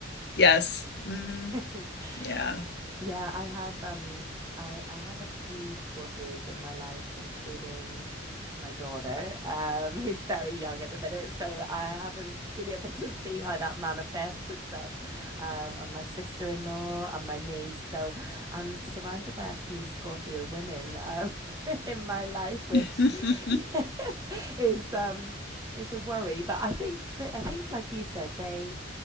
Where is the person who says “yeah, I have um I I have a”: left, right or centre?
Right